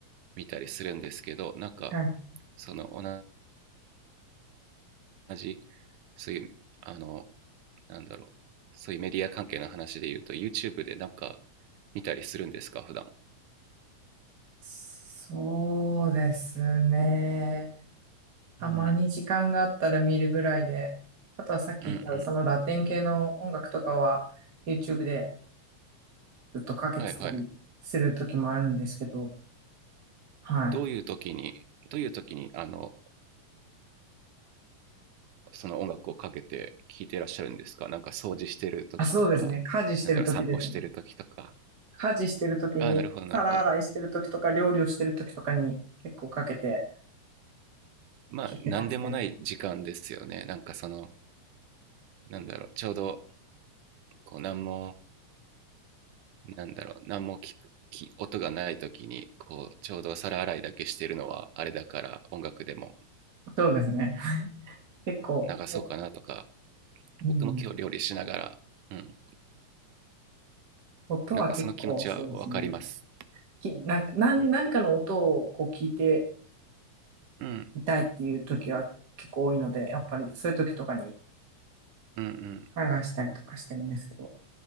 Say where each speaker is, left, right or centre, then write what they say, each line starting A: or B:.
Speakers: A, on the right; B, on the right.
A: 見たりするんですけどなんか
B: はい
A: その同じそういうあのなんだろうそういうメディア関係の話で言うと YouTube でなんか見たりするんですか普段
B: そうですね。たまに時間があったら見るぐらいで、
A: うん
B: あとはさっき言ったそのラテン系の音楽とかは
A: うんうん
B: YouTube でずっとかけてたりする時もあるんですけど、
A: はいはい
B: はい。
A: どういう時にどういう時にあのその音楽をかけて聴いてらっしゃるんですかなんか掃除してる時とかなんだろう散歩してる時とか
B: あ、そうですね。家事してる時ですね。家事してる時に、
A: ああなるほどなるほど
B: 皿洗いしてる時とか料理をしてる時とかに結構かけて
A: まあ何でもない時間ですよねなんかその
B: 聞いてますね。
A: なんだろう、ちょうど、こう、何も、なんだろう、何も聞く、き音がない時に、こう、ちょうど皿洗いだけしてるのは、あれだから、音楽でも
B: そうですね。結構、
A: 流そうかなとか、
B: おうん。
A: 僕も今日料理しながら、うん、
B: 音は結構そうですね。
A: なんかその気持ちはわかります。
B: き、なんか、なん、
A: うん、
B: 何かの音をこう聞いて、
A: うん、
B: 痛いっていう時は結構多いので、やっぱりそういう時とかに
A: うん、うん。
B: 流したりとかしてるんですけど。